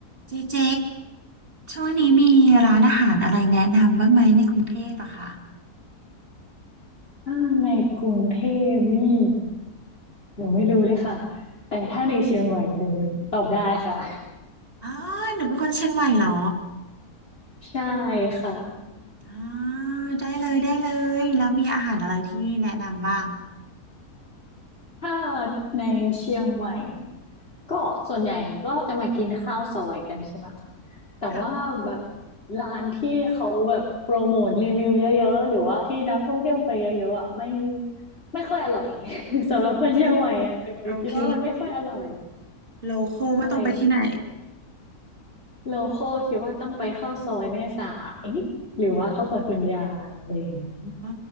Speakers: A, on the right; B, on the left.
A: เจเจช่วงนี้มีร้านอาหารอะไรแนะนำบ้างไหมในกรุงเทพอะค่ะ
B: ถ้าในกรุงเทพนี่หนูไม่รู้เลยค่ะแต่ถ้าในเชียงใหม่หนูตอบได้ค่ะ
A: อ๋อหนูเป็นคนเชียงใหม่เหรอ
B: ใช่ค่ะ
A: อ๋อได้เลยได้เลยแล้วมีอาหารอะไรที่แนะนำบ้าง
B: ถ้าในเชียงใหม่ก็ส่วนใหญ่ก็จะมากินข้าวซอยกันใช่ไหมคะแต่ว่าแบบ
A: ค่ะ
B: ร้านที่เขาแบบโปรโมทรีวิวเยอะๆหรือว่าที่นักท่องเที่ยวไปเยอะๆอ่ะไม่ไม่ค่อยอร่อย <laughs> สำหรับคนเชียงใหม่อ่ะหนูคิดว่ามันไม่ค่อยอร่อย
A: โอเคโลโคว่าต้องไปที่ไหน
B: ใช่ โลคอลคิดว่าต้องไปเข้าซอยแม่สายหรือว่าเข้าซอยคุณยายอะไรอย่างนี้
A: อ๋อ